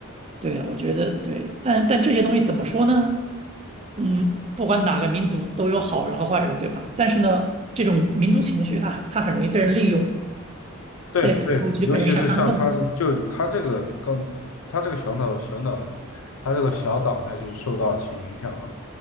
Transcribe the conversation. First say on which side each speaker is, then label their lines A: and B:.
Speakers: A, on the right; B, on the left.
A: 对啊，我觉得对，但但这些东西怎么说呢？嗯，不管哪个民族都有好人和坏人，对吧？但是呢，这种民族情绪它很它很容易被人利用，
B: 对对，
A: 被就就被人煽煽动。
B: 尤其是像他的，就他这个刚，他这个小岛小岛，他这个小党派就是受到其影响了。